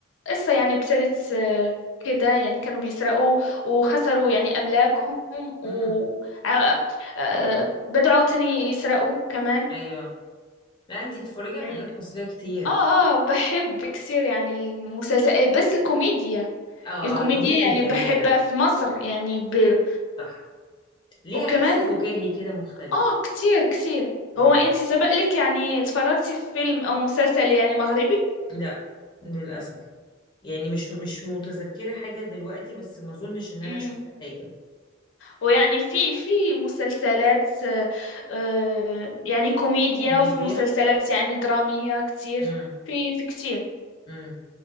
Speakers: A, on the left; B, on the left.
A: يعني ابتدت آه، كده يعني كانوا بيسرقوا وخسروا يعني أملاكهم و
B: امم
A: آه، آه، بدوا عاوتاني يسرقوا كمان
B: ايوه لا انتي بتتفرجي
A: يعني
B: على حاجات مصرية كتير
A: اه اه بحب كثير يعني المسلسل بس الكوميديا
B: اه
A: الكوميديا
B: اه الكوميديا
A: يعني
B: جميلة
A: بحبها في مصر يعني ب...
B: صح ليها
A: وكمان
B: حس فكاهي كده مختلف
A: اه كتير كتير
B: امم
A: هو انتي سبق لك يعني اتفرجتي في فيلم او مسلسل يعني مغربي
B: لا للأسف يعني مش مش متذكرة حاجة دلوقتي بس ما اظنش ان انا
A: امم
B: شفت حاجة
A: ويعني في في مسلسلات آه، آه، يعني كوميديا
B: كوميديا
A: وفي مسلسلات يعني درامية كتير
B: امم
A: في في كتير
B: امم